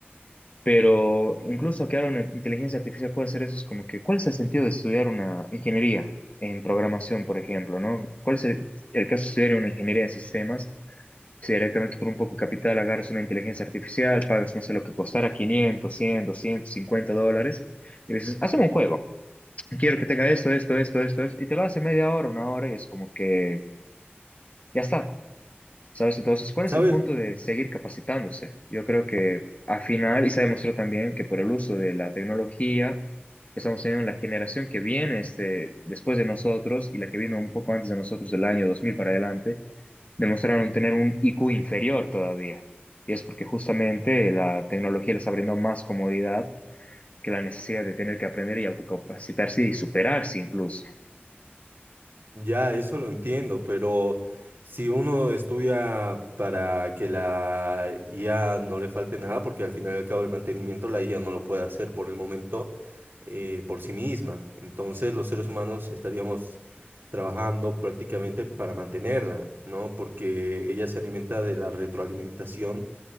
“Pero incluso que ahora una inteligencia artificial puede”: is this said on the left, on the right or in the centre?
Left